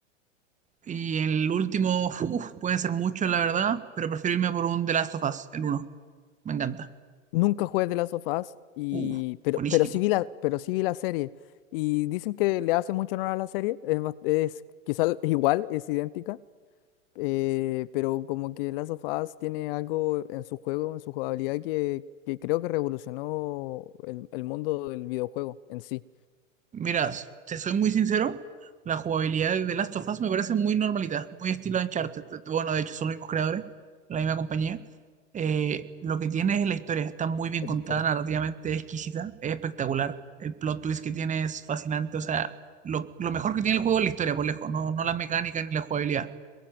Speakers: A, on the right (about 20°); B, on the left (about 45°).
A: Y el último, uf, pueden ser muchos, la verdad, pero prefiero irme por un The Last of Us, el uno. Me encanta.
B: Nunca jugué de Last of Us, y,
A: Uh,
B: pero,
A: buenísimo.
B: pero, sí vi la, pero sí vi la serie. Y dicen que le hace mucho honor a la serie. Es, bas- es quizá <laughs> igual, es idéntica. eh, pero como que Last of Us tiene algo en su juego, en su jugabilidad, que, que creo que revolucionó el, el mundo del videojuego en sí,
A: Mira, te soy muy sincero, la jugabilidad de The Last of Us me parece muy normalita, muy estilo Uncharted. eh, Bueno, de hecho son los mismos creadores, la misma compañía. Eh, lo que tiene es la historia, está muy bien
B: de
A: contada,
B: la historia.
A: narrativamente exquisita, es espectacular. El plot twist que tiene es fascinante, o sea, lo, lo mejor que tiene el juego es la historia, por lejos, no, no la mecánica ni la jugabilidad.